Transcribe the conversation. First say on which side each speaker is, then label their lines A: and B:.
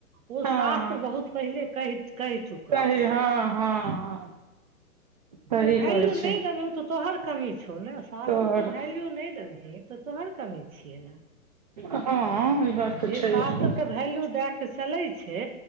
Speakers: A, on the right; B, on the right.
A: ओ
B: हँ
A: शास्त्र बहुत पहिले कहि कहि चुकल
B: सही हँ
A: छै
B: हँ हँ सही
A: तू वैल्यू
B: कहै छै
A: नहि देबही तऽ तोहर कमी छौ ने शास्त्रके
B: तोहर
A: वैल्यू नहि देबही तऽ तोहर कमी छियै ने
B: हँ बात
A: आ
B: तऽ
A: जे
B: छै
A: शास्त्रके भैल्यू दए कऽ चलै छै